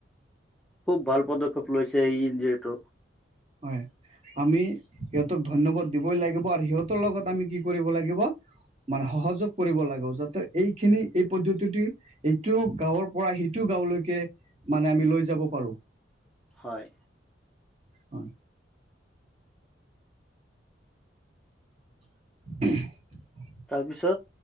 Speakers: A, in the centre; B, on the right.
A: খুব ভাল পদক্ষেপ লৈছে, এই যিহেতু
B: হয়। আমি সিহঁতক ধন্যবাদ দিবই লাগিব, আৰু সিহঁতৰ লগত আমি কি কৰিব লাগিব? মানে সহযোগ কৰিব লাগে যাতে এইখিনি এই পদ্ধতিট এইটো গাঁৱৰ পৰা সিটো গাওঁলৈকে মানে আমি লৈ যাব পাৰোঁ।
A: হয়।
B: হয়। <unintelligible>
A: তাৰপিছত।